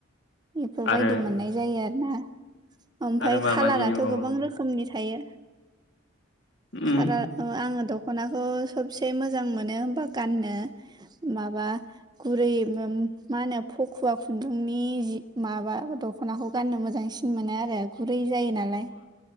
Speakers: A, on the right; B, on the left.
A: बेफोरबायदि
B: आरो
A: मोननाय जायो आर ना। ओमफ्राय
B: आरो मा
A: खाालाराथ'
B: मा जि दंबावो
A: गोबां रोखोमनि थायो
B: उम
A: खालार ओ आङो दख'नाखौ सबसे मोजां मोनो होमबा गाननो माबा गुरै मा होनो फखुवा खुन्दुंनि जि माबा दख'नाखौ गाननो मोजांसिन मोनो आरो गुरै जायो नालाय।